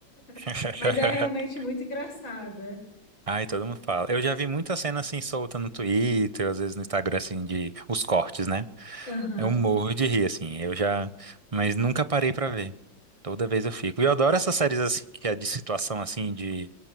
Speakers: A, on the left (about 80°); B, on the right (about 30°).
A: <laughs>
B: <laughs>
A: Mas é realmente muito engraçada.
B: Ai, todo mundo fala. Eu já vi muita cena assim solta no Twitter, às vezes no Instagram, assim, de os cortes, né?
A: Aham,
B: Eu morro de rir, assim. Eu já. Mas nunca parei pra ver. Toda vez eu fico. E eu adoro essas séries assim, que é de situação assim, de